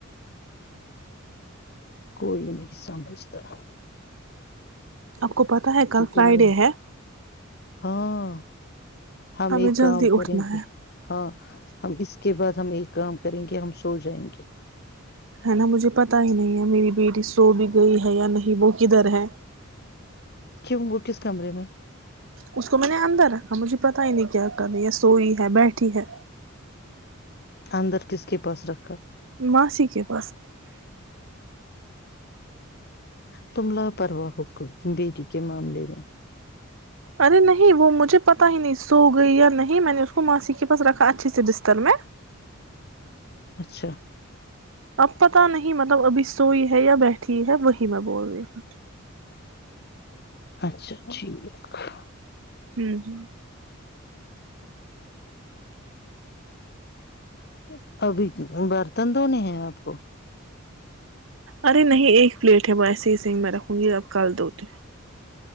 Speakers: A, on the left; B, on the right.
A: کوئی نہیں سمبجھ طرح
B: آپ کو پتہ ہے کل فرائیڈے
A: دنیا
B: ہے
A: ہاں ہم
B: ہمیں
A: ایک
B: جلدی
A: کام
B: اٹھنا
A: کریں گے
B: ہے
A: ہاں ہم اس کے بعد ہم ایک کام کریں گے ہم سو جائیں گے
B: ہے نا مجھے پتا ہی نہیں ہے میری بیٹی سو بھی گئی ہے یا نہیں وہ کدھر ہے
A: کیوں وہ کس کمرے میں ہے
B: اس کو میں نے اندر رکھا مجھے پتا ہی نہیں کیا کرری ہے سوئی ہے بیٹھی ہے
A: اندر کس کے پاس رکھا
B: ماسی کے پاس
A: تم لا پرواہ ہو بیٹی کے معاملے میں
B: ارے نہیں وہ مجھے پتا ہی نہیں سو گئی یا نہیں میں نے اس کو ماسی کے پاس رکھا اچھے سے بستر میں
A: اچھا
B: اب پتا نہیں مطلب ابھی سوئی ہے یا بیٹھی ہے وہی میں بول رہی ہوں
A: اچھا ٹھیک ہے
B: ہوں ہ
A: <unintelligible> ابھی تو بر دندونے ہیں آپ کو
B: ارے نہیں ایک پلیٹ ہے میں ایسے ہیس ہی میں رکھوں گی اب کل دو تو